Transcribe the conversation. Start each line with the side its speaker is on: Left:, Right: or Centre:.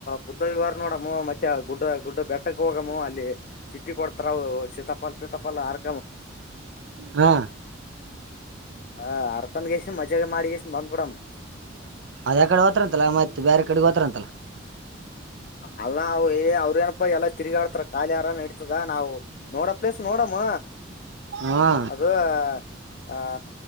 Left: ಬುದ್ಧ ವಿವಾರ ನೋಡಮ್ಮೂ ಮತ್ತೆ ಗುಡ್ಡ ಗುಡ್ಡ ಬೆಟ್ಟ ಹೋಗಮ್ಮೂ ಅಲ್ಲಿ ಚಿಟ್ಟಿ ಕೊಡ್ತಾರ ಸೀತಾಪಲ್ ಪೀತಾಪಲ್ ಅರ್
Right: ಹಾ
Left: ಹಾ ಅರ್ಕಂದ್ ಕ್ಯಾಸಿಂದ ಮಜ್ಜಾಗ ಮಾಡಿ ಕ್ಯಾಸಿಂದ ಬಂದ್ಬಿಡಮ್ಮು
Right: ಅದ್ರ ಕಡೆ ಹೋತ್ರ ಅಂತಲ್ಲ ಮತ್ತೆ ಬೇರೆ ಕಡೆಗ್ ಹೋತ್ರ ಅಂತಲ್ಲ
Left: ಅಲ್ಲಾ ಅವ ಏ ಅವ್ರೇನ ಎಲ್ಲಾ ತಿರುಗಾಡ್ತಾರ ಖಾಲಿ ಅರಾಮ್ ನಡಿ ತದ ನಾವು ನೋಡ ಪ್ಲೇಸ್ ನೋಡಮ್ಮ.
Right: ಹಾ
Left: ಅದು ಆ